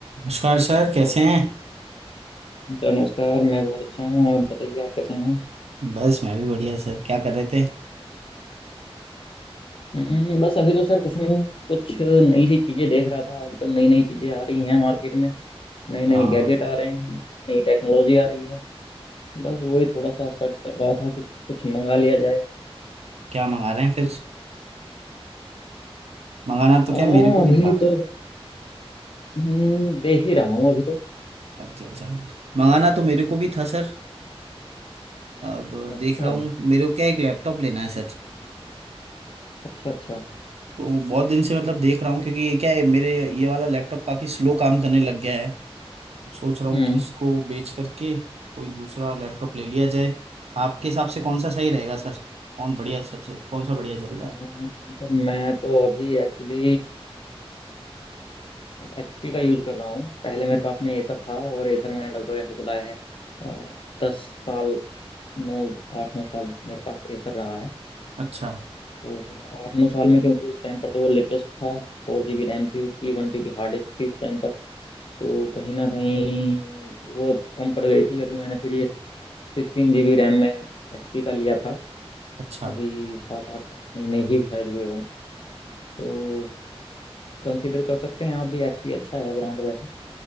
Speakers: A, on the right (about 85°); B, on the left (about 60°).
A: नमस्कार सर कैसे हैं
B: Sir नमस्कार मैं बहुत अच्छा हूँ आप बताइए आप कैसे हैं
A: बस मैं भी बढ़िया सर क्या कर रहे थे
B: हम्म, बस अभी तो सर कुछ नहीं कुछ नई सी चीजें देख रहा था आजकल नई नई चीजें आ रही हैं मार्केट में नए नए
A: हाँ
B: गैजेट आ रहे हैं नई टेक्नोलॉजी आ रही है बस वही थोड़ा सा सर्च कर रहा था कि कुछ मंगा लिया जाए
A: क्या मंगा रहे हैं फिर मंगाना तो
B: हाँ
A: क्या मेरे को भी
B: अभी
A: था
B: तो हम्म देख ही रहा हूँ अभी तो
A: अच्छा अच्छा मंगाना तो मेरे को भी था सर अब
B: अच्छा
A: देख रहा हूँ मेरे को क्या एक लैपटॉप लेना है सर
B: अच्छा अच्छा
A: तो बहुत दिन से मतलब देख रहा हूँ क्योंकि ये क्या है मेरे ये वाला लैपटॉप काफ़ी स्लो काम करने लग गया है सोच रहा हूँ
B: हम्म
A: कि इसको बेच करके कोई दूसरा लैपटॉप ले लिया जाए आपके हिसाब से कौन सा सही रहेगा सर कौन बढ़िया सर कौन सा बढ़िया चल रहा
B: अम,
A: है
B: सर मैं तो अभी एक्चुअली एचपी का यूज़ कर रहा हूँ पहले मेरे पास में एसर था और एसर मैंने लगभग ऐसा चलाया है अ, दस साल नौ आठ नौ साल मेरे पास एसर रहा है
A: अच्छा
B: तो थोड़ा आठ नौ साल में क्योंकि उस टाइम पर तो वो लेटेस्ट था फोर जी बी रैम थी उसकी one T B hard disk थी उस टाइम पर तो कहीं ना कहीं वो कम पड़ गई थी अभी मैंने फिर ये सिक्सटीन जी बी रैम में एचपी का लिया था
A: अच्छा
B: अभी सात आठ महीने ही शायद हुए हों तो कंसिडर कर सकते हैं आप भी एचपी अच्छा है ब्रांड वैसे